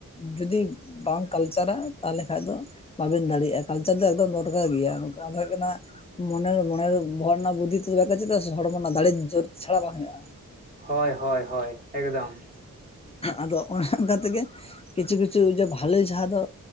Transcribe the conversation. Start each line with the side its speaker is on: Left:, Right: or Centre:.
Left: ᱡᱩᱫᱤ ᱵᱟᱢ ᱠᱟᱞᱪᱟᱨᱟ ᱛᱟᱦᱚᱞᱮ ᱠᱷᱟᱡ ᱫᱚᱼᱼ ᱵᱟᱵᱮᱱ ᱫᱟᱲᱮᱭᱟᱜᱼᱟ ᱠᱟᱞᱪᱟᱨ ᱫᱚ ᱮᱠᱫᱚᱢ ᱫᱚᱨᱠᱟ ᱜᱮᱭᱟ ᱚᱱᱟ ᱫᱚ ᱦᱩᱭᱩᱜ ᱠᱟᱱᱟᱼᱼ ᱢᱚᱱᱮᱨ ᱢᱚᱱᱮᱨ ᱵᱚᱦᱚᱜ ᱨᱮᱱᱟᱜ ᱵᱩᱫᱽᱫᱷᱤ ᱛᱮᱫᱚ ᱵᱟᱠᱮ <inaudible> ᱪᱮᱫᱟᱜ ᱦᱚᱲᱢᱚ ᱨᱮᱱᱟᱜ ᱫᱟᱲᱮ ᱡᱳᱨ ᱪᱷᱟᱲᱟ ᱵᱟᱝ ᱦᱩᱭᱩᱜᱼᱟ
Right: ᱦᱚᱭ ᱦᱚᱭ ᱦᱚᱭ ᱮᱠᱫᱚᱢ
Left: ᱟᱫᱚ ᱚᱱᱮ ᱚᱱᱠᱟ ᱛᱮᱜᱮᱼᱼ ᱠᱤᱪᱷᱩ ᱠᱤᱪᱷᱩ ᱡᱮ ᱵᱷᱟᱞᱮ ᱡᱟᱦᱟᱸ ᱫᱚ